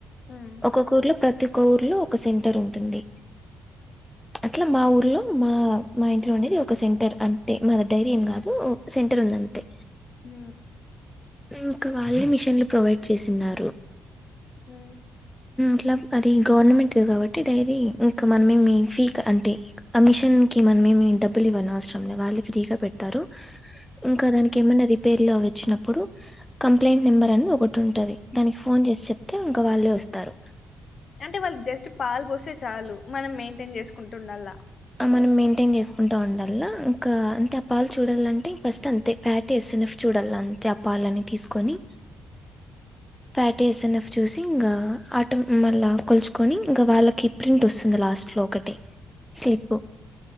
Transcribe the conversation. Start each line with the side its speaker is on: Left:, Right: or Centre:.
Left: మ్మ్
Centre: ఒక్కొక్క ఊర్లో ప్రతి ఒక్క ఊర్లో ఒక సెంటర్ ఉంటుంది అట్లా మా ఊర్లో మా మా ఇంట్లో ఉండేది ఒక సెంటర్ అంటే మా దగ్ డైరీ ఏం కాదు సెంటర్ ఉందింతే
Left: హ
Centre: ఇంకా వాళ్ళే మిషన్లు ప్రొవైడ్ చేసిన్నారు
Left: అ
Centre: మలబ్ అది గవర్నమెంట్ది కాబట్టి డైరీ ఇంకా మనమేమి ఫీ అంటే అమిషన్ కి మనమేమి డబ్బులు ఇవ్వను అవసరం లే వాళ్ళు ఫ్రీగా పెడతారు ఇంకా దానికి ఏమైనా రిపేర్ లో వచ్చినప్పుడు కంప్లైంట్ నెంబర్ అని ఒకటి ఉంటది దానికి ఫోన్ చేసి చెప్తే ఇంకా వాళ్ళే వస్తారు
Left: అంటే వాళ్ళు జస్ట్ పాలు పోస్తే చాలు మనం మెయింటైన్ చేసుకుంటుండల్ాల
Centre: ఆ మనం మెయింటైన్ చేసుకుంటా ఉండల్లా ఇంకా అంతే ఆ పాలు చూడాలంటే ఫస్ట్ అంతే ఫ్యాట్ వేిన చూడ వడల్ అంతే అప్పాలని తీసుకొని ఫ్యాటస్న్ఫ్ చూసి ఇంకా ఆటో మళ్ళీ కొల్చుకొని ఇంకా వాళ్ళకి ప్రింట్ వస్తుంది లాస్ట్ ఒకటి స్లిప్